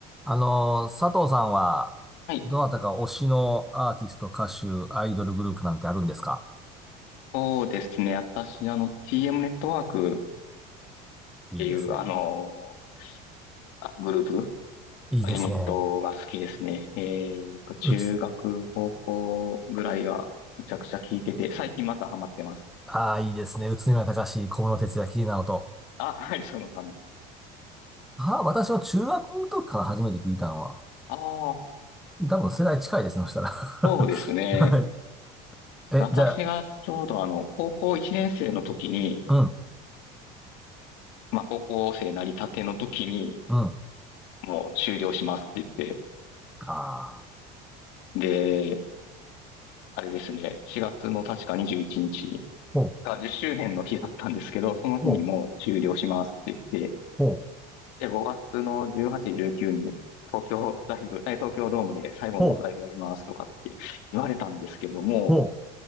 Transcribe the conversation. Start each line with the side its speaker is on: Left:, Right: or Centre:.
Centre: あの、佐藤さんは、
Left: はい。
Centre: どなたか推しのアーティスト、歌手、アイドルグループなんてあるんですか
Left: そうですね。私、あの、TM ネットワークっていう、
Centre: いいですね。
Left: あの、あグループ、
Centre: いいですね。
Left: ユニットが好きですね。えっと、中学、
Centre: うつ、
Left: 高校ぐらいがめちゃくちゃ聞いてて、最近またハマってます。
Centre: ああ、いいですね。宇都宮隆、小室哲哉、桐ナオと。
Left: あ、はい、そのさん。
Centre: ああ、私は中学の時から初めて聞いたのは。
Left: ああ、
Centre: 多分世代近いですね、そしたら。<laughs>
Left: そうですね。
Centre: はい。え、
Left: 私がちょうどあの、
Centre: じゃあ、
Left: 高校1年生の時に、
Centre: うん、
Left: まあ、高校生なりたての時に、
Centre: うん。
Left: もう終了しますって言って、
Centre: ああ、
Left: で、あれですね、4月の確か21日、
Centre: ほう、
Left: が10周年の日だったんですけど、その日にもう終了しますって言って、
Centre: ほう、ほう、
Left: で、5月の18、19に東京ライブ、え東京ドームで最後のライブやりますとかって言われたんですけども、
Centre: ほう、ほ